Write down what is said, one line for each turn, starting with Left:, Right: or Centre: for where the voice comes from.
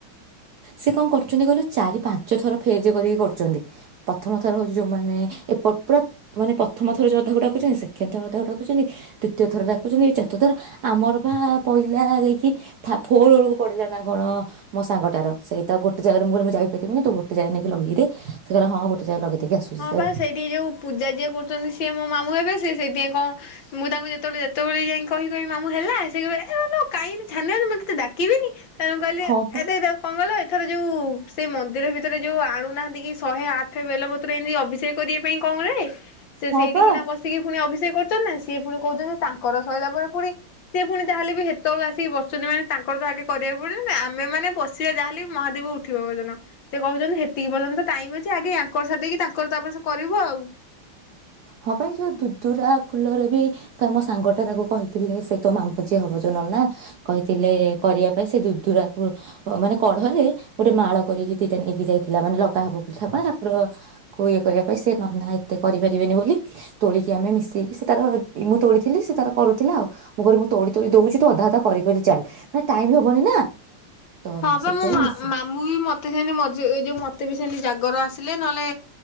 Right: ସେ କଣ କରୁଛନ୍ତି କହିଲ ଚାରି ପାଞ୍ଚ ଥର ଫେଜ କରିକି କରୁଛନ୍ତି, ପ୍ରଥମ ଥର ହଉଛି ଯୋଉମାନେ ଏ ପୁରା ମାନେ ପ୍ରଥମ ଥର ଯୋଥାକୁ ଡାକୁଛନ୍ତି ସେକେଣ୍ଡ ଥର ଅଧାକୁ ଡାକୁଛନ୍ତି ତୃତୀୟ ଥର ଡାକୁଛନ୍ତି ଚତୁର୍ଥ ଥର ଆମର ବା ପହିଲା ଯାଇକି ଭୋର ବେଳକୁ ପଡିଲା ନା କଣ ମୋ ସାଙ୍ଗଟାର- ସେଇଟା ଗୋଟେ ଜାଗାରେ ମୁଁ ଯାଇପାରିବିନି ତୁ ଗୋଟେ ଜାଗା ନେଇକି ଲଗେଇ ଦେ ସେ କହିଲା ହଁ ଗୋଟେ ଜାଗରେ ଲଗେଇ- ଦେଇକି ଆସୁଛି
Left: ହଁ
Right: ସେ-
Left: ବା ସେଇଠିକି ଯୋଉ ପୂଜା ଯିଏ କରୁଛନ୍ତି ସିଏ ମୋ ମାମୁ ହେବେ- ସେଇଥିପାଇଁ କଣ ମୁଁ ତାଙ୍କୁ ଯେତେବେଳେ ଯେତେବେଳେ ଯାଇ କହି କହିବି ମାମୁ ହେଲା ସେ କାହିଁକି ଛାନିଆ ହଉଛୁ ମୋତେ- ଡାକିବିନି ତେଣୁ କହିଲି
Right: ହଁ ପା
Left: ଏତେ ଏ କଙ୍ଗଲ ଏ- ଥର ଯୋଉ ସେ ମନ୍ଦିର ଭିତରେ ଯୋଉ ଆଣୁନାହାନ୍ତି କି ଶହେ ଆଠ ବେଲ ବତ ଏମିତି ଅଭିଷେକ କରିବା ପାଇଁ କଣରେ- ସେ
Right: ହଁ
Left: ସେଇଠିନା
Right: ପା
Left: ବସିକି ପୁଣି ଅ- ସେ କରୁଛନ୍ତି ନା ସି ପୁଣି କହୁଛନ୍ତି ତାଙ୍କର ସରିଲା ପରେ ପୁଣି ସେ ପୁଣି ତାହେଲେ ବି ସେତେବେଳ ଆସିକି ବଚଛନ୍ତି ମାନେ ତାଙ୍କର ତ ଆଗେ କରିବାକୁ ପଡିବ ନା। ଆମେ ମାନେ ବସିବା ଯାହାେଲେ ମହାଦେବ ଉଠ ଉଠିବ ପର୍ଯ୍ୟନ୍ତ ସେ କହୁଛନ୍ତି ହେତିକି ପର୍ଯ୍ୟନ୍ତ ତ ଟାଇମ ଅଛି ଆଗ ଆଙ୍କର ସାକି ତାଙ୍କର ତାପରେ ସେ କରିବ ଆଉ।
Right: ହଁ ବା ଏଇ ଯୋଉ ଦୁଦୁରା ଫୁଲରେ ବି ତମୋ ସାଙ୍ଗ ଟା ତାକୁ କହିଥିଲେ ସେ ତୋ ମାମୁ ଯିଏ ହବ ଯୋଉ ନନା କହିଥିଲେ କରିବା ପାଇଁ ସେ ଦ ଦୁର ମାନେ କଢରେ ଗୋଟେ ମାଳ କରିକି ଦିଟା ନେଇକି ଯାଇଥିଲା ମାନେ ଲଗା ହବ ବୋଲି ତାଙ୍କର ଇଏ କରିବା ପାଇଁ ସେ ନନା ଏତେ ଯିବେନି ବୋଲି ତୋଳିକି ଆମେ ମିଶେଇକି ସେ ତାର ମୁଁ ତୋଳିଥିଲି ସେ ତାର କରୁଥିଲା ଆଉ ମୁଁ କ ମୁଁ ତୋଳି ତୋଳି ଦଉଛି ତୁ ଅଧା ଅଧା କରିିକ ଚାଲ ମାନେ ଟାଇମ ହବନି ନା। ତ
Left: ହଁ ବା
Right: ସେଥିପାଇଁ
Left: ମୋ ମା
Right: ମିଶି
Left: ମାମୁଁ ବି ମତେ ସେ ମଜ ଏ ଯୋଉ ମତେ ବି ସେ ଜାଗର ଆସିଲେ ନହେଲେ